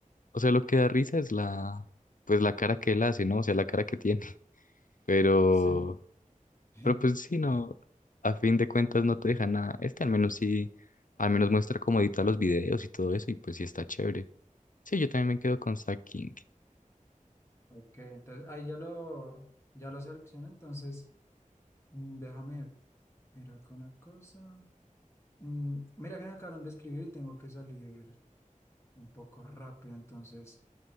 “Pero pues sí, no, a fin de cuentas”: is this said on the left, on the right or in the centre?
Left